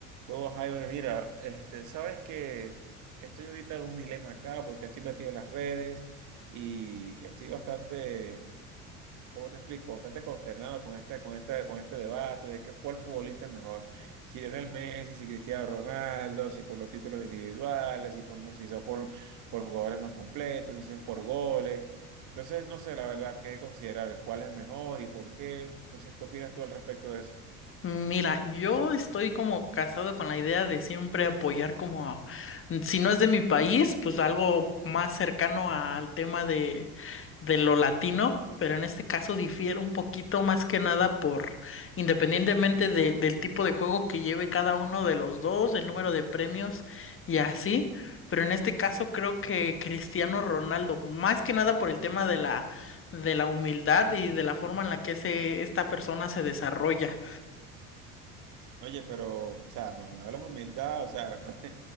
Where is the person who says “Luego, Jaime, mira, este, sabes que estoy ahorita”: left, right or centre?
Right